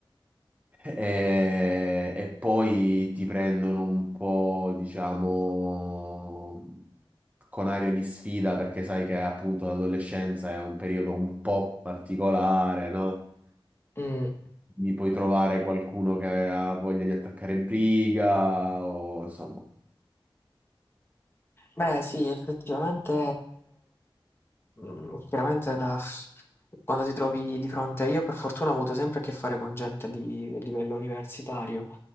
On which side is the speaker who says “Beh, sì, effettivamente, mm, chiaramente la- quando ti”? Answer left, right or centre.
Left